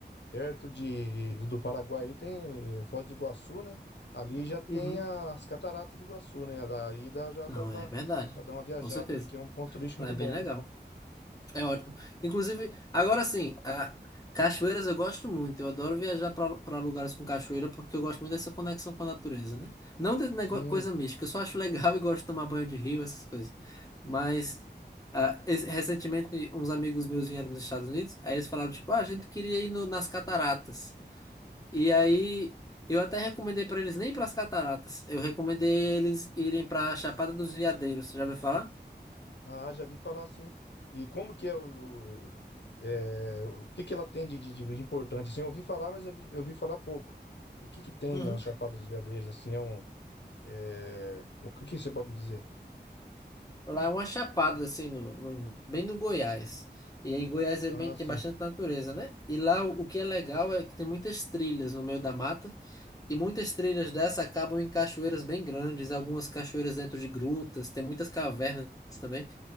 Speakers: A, on the left (about 75°); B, on the left (about 20°).
A: perto de, do, do Paraguai, ele tem eh, Foz do Iguaçu, né? Ali já tem
B: uhum.
A: as cataratas do Iguaçu, né? Daí dá, já
B: Não,
A: dá pra,
B: é verdade.
A: pra dar uma viajada
B: Com certeza.
A: ali, que é um ponto turístico
B: Lá
A: muito
B: é bem
A: bom,
B: legal.
A: né?
B: É ótimo. Inclusive, agora sim, a- cachoeiras eu gosto muito. Eu adoro viajar para lugares com cachoeira porque eu gosto muito dessa conexão com a natureza, né? Não de nego-
A: Sim.
B: coisa mística, eu só acho legal <laughs> e gosto de tomar banho de rio, essas coisas. Mas ah, esse- recentemente uns amigos meus vieram dos Estados Unidos, aí eles falaram tipo, ah, a gente queria ir no- nas cataratas. E aí eu até recomendei para eles nem para as cataratas. Eu recomendei eles irem para a Chapada dos Veadeiros. Você já ouviu falar?
A: Ah, já vi falar assim. E como que é o, o- é, o que que ela tem de, de- de importante? Assim, eu ouvi falar, mas eu vi, eu ouvi falar pouco. O que que tem
B: Uhum.
A: na Chapada dos Veadeiros? Assim, é um, é, o que que você pode me dizer?
B: Lá é uma chapada, assim, no, no- bem no Goiás. E aí Goiás é
A: Ah,
B: bem,
A: sim.
B: tem bastante natureza, né? E lá o, o que é legal é que tem muitas trilhas no meio da mata. E muitas trilhas dessa acabam em cachoeiras bem grandes, algumas cachoeiras dentro de grutas, tem muitas cavernas também.